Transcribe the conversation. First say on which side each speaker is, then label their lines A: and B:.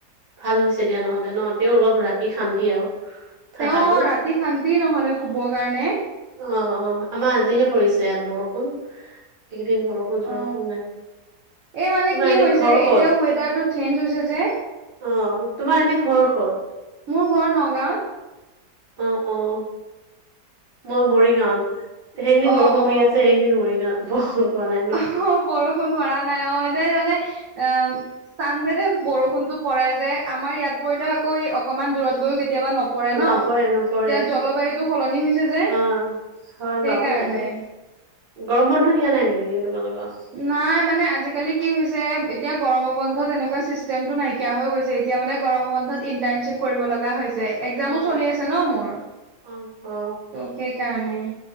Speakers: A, on the right (about 40°); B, on the right (about 65°).
A: ভাল হৈছে দিয়া নহ'লে ন, তেওঁ অলপ ৰাতি শান্তি আৰু। থাকাটো
B: তেওঁ ৰাতি শান্তি নহ'লে শুব কাৰণে।
A: অ' অ' আমাৰ আজিহে পৰিছে ইয়াত বৰষুণ। এইকেইদিন বৰষুণ চৰষুণ
B: অ
A: নাই।
B: এই মানে
A: তোমাৰ
B: কি
A: এনে
B: হৈছে,
A: ঘৰ ক'ত
B: এতিয়া ৱেডাৰটো চেঞ্জ হৈছে যে।
A: অ' তোমাৰ এনে ঘৰ ক'ত?
B: মোৰ ঘৰ নগাঁৱত।
A: অ' অ', মই মৰিগাঁৱত। সেইখিনিত
B: অ
A: বৰষুণ পৰি
B: অ
A: আছে, এইখিনিত মৰিগাঁৱত বৰষুণ পোৱা নাই ন
B: অ', বৰষুণ মৰা নাই অ'। মানে অ', চান বেদে বৰষুণতটো পৰে যে আমাৰ ইয়াত পৰিলে আকৌ। অকমান দূৰত গৈও কেতিয়াবা নপৰে
A: অ
B: ন এতিয়া
A: নপৰে
B: জলবায়ুটো সলনি হৈছে যে।
A: অ হয়
B: সেইকাৰণে
A: বাৰু সেইতো, গৰম বন্ধ দিয়া নাই নেকি? তোমালোকৰ
B: নাই মানে আজিকালি কি হৈছে এতিয়া গৰম বন্ধত এনেকুৱা চিষ্টেমটো নাইকিয়া হৈ গৈছে, এতিয়া মানে গৰম বন্ধত ইটাৰ্ণশ্বিপ কৰিব লগা হৈছে। একজামো
A: অ
B: চলি আছে ন মোৰ, ত'
A: অ অ
B: সেইকাৰণে